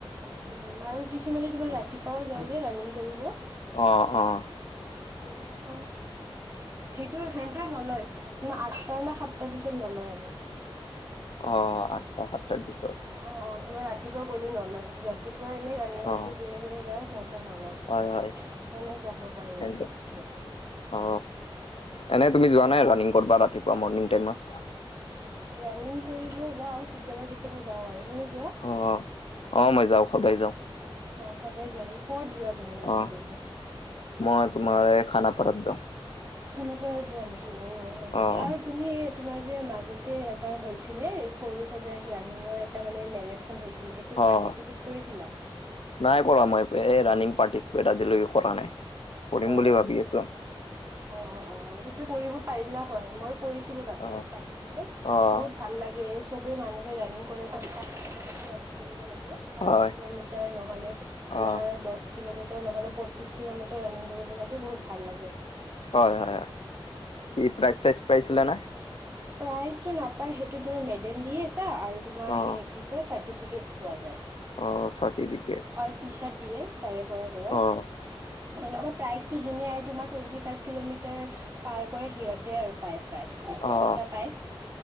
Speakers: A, on the right; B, on the left.
A: উম আৰু কিছুমানে তোমাৰ ৰাতিপুৱাও যায় যে ৰাণিং কৰিব-
B: অঁ অঁ
A: উম হয়। সেইটো সেনতে নলয় তোমাৰ আঠটাৰ নে সাতটাৰ পিছত নলয় আৰু।
B: অ আঠটা সাতটাৰ পিছত-
A: অঁ, তোমাৰ ৰাতিপুৱা গ'লেই নলয় ৰাতিপুৱা এনেই ৰানিঙত
B: অ',
A: যে যোনে যোনে যায় সিহঁতৰ নলয়।
B: হয় হয়।
A: এনেই যাব পাৰি
B: সেনতে
A: আৰু সিহঁতে।
B: অ, এনেই তুমি যোৱা নাই ৰাণিং কৰা ৰাতিপুৱা মৰ্ণিং টাইমত?
A: ৰাণিং কৰিব যাও, কেতিয়াবা কেতিয়াবা যাওঁ আৰু তুমি যোৱা?
B: অ, অ মই যাওঁ সদায় যাওঁ।
A: অ, সদায় যোৱা নেকি কত যোৱা তুমি ৰানিং
B: অ'।
A: কৰিব?
B: মই তোমাৰ খানাপাৰাত যাওঁ।
A: খানা পৰা যোৱা নেকি অ হয় নেকি
B: অ',
A: আৰু তুমি তোমাৰ যে মাজতে এবাৰ হৈছিলে এই সৰু সজাই ৰানিংৰ এটা মানে মাৰে হৈছিলে সেইটোত
B: অ'।
A: পাৰ্টিচিপেট কৰিছিলা?
B: নাই কৰা মই এই ৰাণিং পাৰ্টিচিপেট আজিলৈকে কৰা নাই কৰিম
A: অ
B: বুলি
A: হয়
B: ভাবি
A: নেকি
B: আছো আৰু।
A: অ, অ সেইটো কৰিব পাৰিলে হয়, মই কৰিছিলো তাতে
B: অ',
A: পাৰটিচিপেট,
B: অ',
A: বহুত ভাল লাগে চবে মানুহে ৰানিং কৰে ৰাং কৰিব লাগে- পাঁচ
B: হয়,
A: কিলোমিটাৰ নহলে তোমাৰ
B: অ',
A: দহ কিলোমিটাৰ নহ'লে পঁচিছ কিলোমিটাৰ ৰানিং কৰিব লাগে বহুত ভাল লাগে।
B: হয় হয় হয়
A: সেইটো
B: কি প্ৰাইজ চাইজ পাইছিলে নে?
A: প্ৰাইজটো নাপায় সেইটো তোমাৰ মেডেল দিয়ে এটা আৰু তোমাৰ
B: অ',
A: সেই কি কয় চাৰ্টিফিকেট পোৱা যায়।
B: অ'। <unintelligible>
A: আৰু <unintelligible> দিয়ে তাৰে পৰা তোমাৰ।
B: অ',
A: এনেকুৱা প্ৰাইচটো যোনে আৰু তোমাৰ টুৱেণ্টি ফাইভ কিলোমিটাৰ পাৰ কৰে সিহঁতে আৰু পায় প্ৰাইজটো
B: অ',
A: পইচা পায়।